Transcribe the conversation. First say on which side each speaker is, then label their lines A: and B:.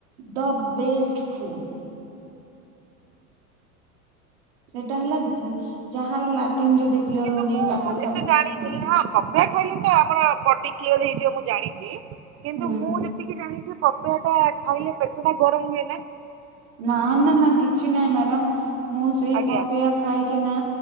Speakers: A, on the right; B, on the right.
A: the best food. ସେଟା ହେଲା ଯାହାର ଲାଟିନ୍ ଯଦି କ୍ଲିୟର
B: କିନ୍ତୁ
A: ହଉନି
B: ମୁଁ
A: ତାକୁ ଖାଏ
B: ଏତେ ଜାଣିନି।
A: ହୁଁ
B: ହଁ ପପେୟା ଖାଇଲେ ତ ଆମର ବୋଡି କ୍ଲିୟର ହେଇଯିବ ମୁଁ ଜାଣିଛି। କିନ୍ତୁ
A: ହୁଁ
B: ମୁଁ ଯେତିକି ଜାଣିଛି ପପେୟା ଟା ଖାଇଲେ ପେଟଟା ଗରମ ହୁଏ ନା।
A: ନା ନା ନା କିଛି ନାହିଁ ମ୍ୟାଡାମ ମୁଁ ସେଇ
B: ଆଜ୍ଞା
A: ପପେୟା। ଖାଇକିନା